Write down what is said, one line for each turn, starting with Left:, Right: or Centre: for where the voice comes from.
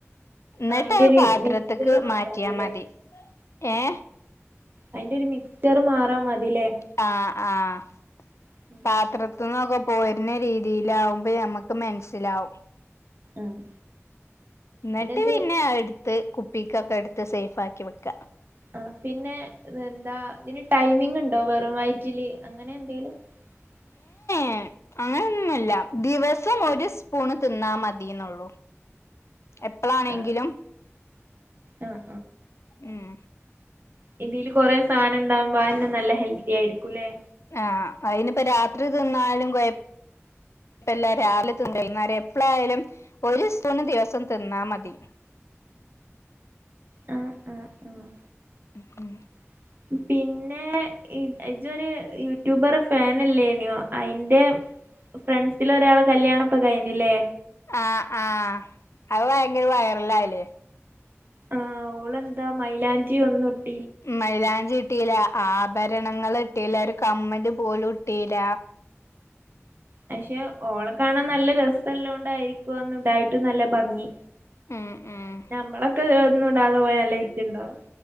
Left: ഇന്നെട്ട്
Right: ആഹ് അയിന്റെ
Left: അത്
Right: ഒരു
Left: പാത്രത്ത്ക്ക്
Right: മിക്സ്ചർ മാറാ
Left: മാറ്റിയാ
Right: മതില്ലേ
Left: മതി... ഏ..
Right: അതിന്റെ ഒരു മിക്സർ മാറാം മതിലേ...
Left: ആ ആ..
Right: ഉം
Left: പാത്രത്ത് ന്നൊക്കെ പോരുന്ന രീതിയിലവുംമ്പോ നമ്മക്ക് മനസ്സിലാവും..
Right: ആഹ്
Left: ഇന്നെട്ട്
Right: പിന്നെത്
Left: പിന്നെ അഹ്‌ എടു.. ത്ത് കുപ്പിക്കൊക്കെ എടുത്ത് സേഫ് ആക്കി വെക്ക...
Right: ആ പിന്നെ എന്താ ഇതിന് ടൈമിങ് ഉണ്ടോ വെറും വയറ്റില് അങ്ങനെ എന്തെലും.. <inaudible>
Left: എ അങ്ങനെന്നുല്ല ദിവസം ഒരു സ്പൂണ് തിന്നാ മതിന്നൊള്ളൂ.. എപ്പളാണെങ്കിലും
Right: ആഹ് ആഹ്
Left: ഉം..
Right: ഇതിൽ കുറെ സാനം ഉണ്ടാകുമ്പോ അതന്നെ നല്ല ഹെൽത്തി ആയിരിക്കുംല്ലേ..
Left: ആ അയ്നിപ്പ രാത്രി തിന്നാലും കൊയ.. യപ്പല്ല രാവിലെ തിന്നാലും എപ്പോളാ യാലും ഒരു സൂപ്പുണ്ണ് ദിവസം തിന്നാ മതി..
Right: മ്മ് മ്മ് മ്മ്
Left: ഉം..
Right: <inaudible> പിന്നെ ഇ ഇജ്ജോരു യൂട്യൂബറെ ഫാൻ അല്ലെനിയോ അയിന്റെ.. ഫ്രണ്ട്സിൽ ഒരാളെ കല്യാണ്ണം ഇപ്പൊ കഴിഞ്ഞെല്ലെ
Left: ആ ആ അത് ഭയങ്കര വൈറൽ ആയില്ലേ..
Right: ആ് ഓളെന്താ മൈലാഞ്ചി ഒന്നും ഇ..
Left: മൈലാഞ്ചി ഇ ഇട്ടീലാ ആഭരണങ്ങൾ ഇട്ടില്ല ഒരു കമ്മൽ പോലും ഇട്ടില..
Right: പക്ഷെ ഓളെ കാണാൻ നല്ല രസംല്ലോണ്ടായിരിക്കും അതൊന്നും ഇടായിട്ട് നല്ല ഭംഗി..
Left: ഉം ഉം
Right: ഞമ്മളൊക്കെ ഒന്നും ഇടാതെ പോയാൽ നല്ല വിറ്റുടാകും..